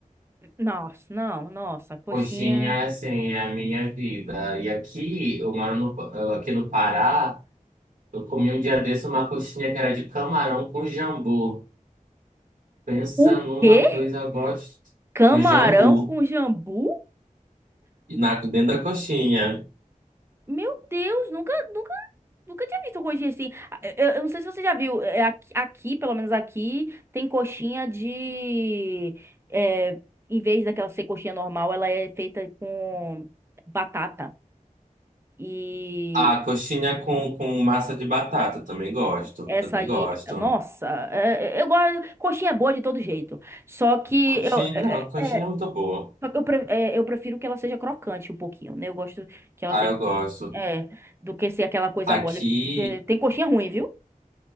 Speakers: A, on the right; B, on the right.
A: Nossa, não, nossa, coxinha.
B: Coxinha, é, assim, é a minha vida. E aqui, eu moro no, aqui no Pará, eu comi um dia desse uma coxinha que era de camarão com jambu. Pensa
A: O
B: numa
A: quê?
B: coisa gosto.
A: Camarão
B: Um jambu
A: com jambu?
B: e na, dentro da coxinha.
A: Meu Deus, nunca, nunca, nunca tinha visto coxinha assim. Ah, Eu, eu não sei se você já viu, é, aqui, aqui, pelo menos aqui, tem coxinha de. é, em vez daquela ser coxinha normal, ela é feita com batata. E
B: Ah, coxinha com, com massa de batata. Também gosto.
A: essa
B: Também
A: aí,
B: gosto.
A: nossa, é, é, eu gosto. Coxinha é boa de todo jeito. Só que
B: Coxinha.
A: eu, é,
B: Não, coxinha
A: é, é,
B: é muito boa.
A: só que eu, pre- é, eu prefiro que ela seja crocante um pouquinho, né? Eu gosto que ela
B: Ah,
A: seja.
B: eu
A: um
B: gosto.
A: pouquinho- É, do que ser aquela coisa
B: Aqui,
A: mole. porque Tem coxinha ruim, viu?